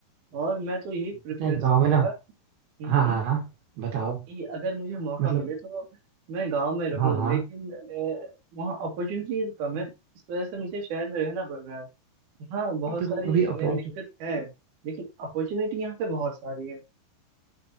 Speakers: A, on the right (about 55°); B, on the right (about 70°).
A: और मैं तो यही
B: पता
A: प्रेफरेंस
B: है गाँव
A: दूंगा
B: में ना
A: हम्म
B: हाँ
A: हम्म।
B: हाँ हाँ बताओ
A: कि अगर मुझे मौका
B: मतलब
A: मिले तो मैं गांव में रहूं
B: हाँ हाँ
A: लेकिन अ, वहाँ अपॉर्चुनिटीज कम है इस वजह से मुझे शहर में रहना पड़ रहा है यहाँ बहुत
B: देखो
A: सारी
B: अभी
A: अ,
B: अपॉर्चुनिटी
A: दिक्कत है लेकिन अपॉर्चुनिटी यहाँ पे बहुत सारी है